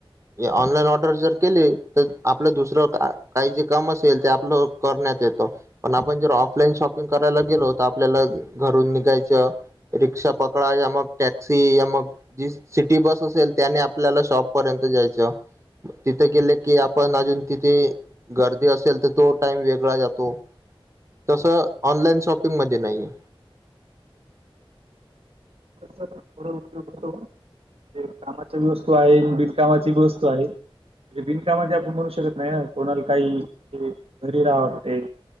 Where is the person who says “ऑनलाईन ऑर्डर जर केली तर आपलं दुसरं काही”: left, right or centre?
Right